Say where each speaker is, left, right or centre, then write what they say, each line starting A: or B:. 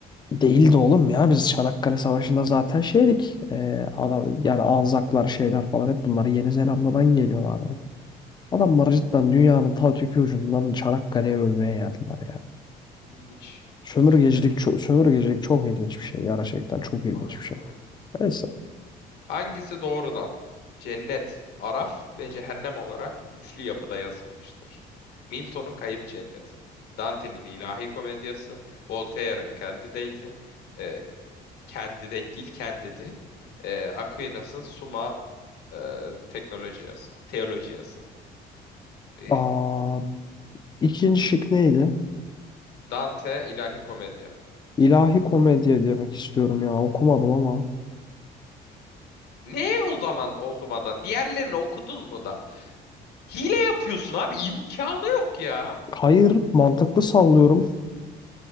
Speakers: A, on the left (about 25°); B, on the left (about 75°).
A: Değildi oğlum ya. Biz Çanakkale Savaşı'nda zaten şeydik. Ee, adam, yani Anzaklar şeyler falan hep bunları Yeni Zelanda'dan geliyorlardı. Adamlar cidden dünyanın ta öteki ucundan Çanakkale'ye ölmeye geldiler ya.
B: İlginç.
A: Sömürgecilik,
B: Cidden ilginç.
A: ço- sömürgecilik çok ilginç bir şey. Gerçekten çok ilginç
B: Aynen
A: bir şey.
B: öyle.
A: Neyse.
B: Hangisi doğrudan? Cennet, Araf ve Cehennem olarak üçlü yapıda yazılmıştır. Milton'un Kayıp Cenneti, Dante'nin İlahi Komedyası, Voltaire'ın Candidate'i, e, Candidate değil Candid'i, e, Aquinas'ın Summa e, Teknolojiyası, Teolojiyası. Eh,
A: Aa, ikinci şık neydi?
B: Dante İlahi Komedya.
A: İlahi komedya demek istiyorum ya. Okumadım ama.
B: Ne o zaman okumadan? Diğerlerini okudun mu da? Hile yapıyorsun abi. imkanı yok ya.
A: Hayır, mantıklı sallıyorum.